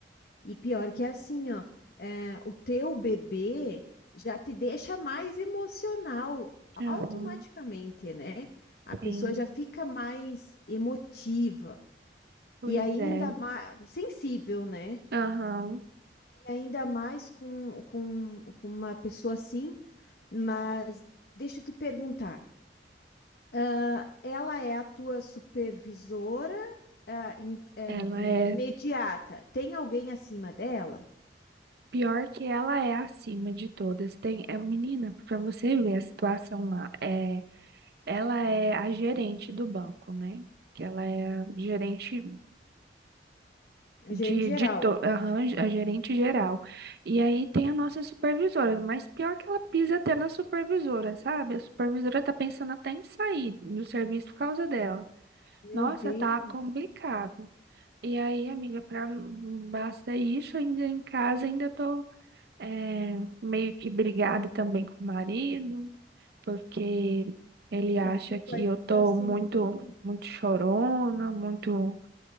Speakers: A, on the left; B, on the right.
A: e pior que é assim, ó, é, o teu bebê já te deixa mais emocional automaticamente,
B: Aham,
A: né? A pessoa
B: sim,
A: já fica mais emotiva
B: pois
A: e ainda
B: é.
A: mais sensível, né?
B: Aham.
A: E ainda mais com, com, com uma pessoa assim. Mas deixa eu te perguntar, ah, ela é a tua supervisora, ah, im- é-
B: Ela é
A: é imediata? Tem alguém acima dela?
B: pior que ela é acima de todas. Tem, é menina, para você ver a situação lá, é, ela é a gerente do banco, né? Que ela é a gerente
A: É
B: de,
A: gerente geral.
B: de to, aham, a gerente geral. E aí tem a nossa supervisora, mas pior que ela pisa até na supervisora, sabe? A supervisora tá pensando até em sair do serviço por causa dela.
A: Meu
B: Nossa,
A: Deus,
B: tá complicado. E aí, amiga, pra, basta isso, ainda em casa, ainda tô É, meio que brigada também com o marido, porque ele acha
A: é, tu
B: que
A: vai estar
B: eu tô
A: sensível.
B: muito, muito chorona, muito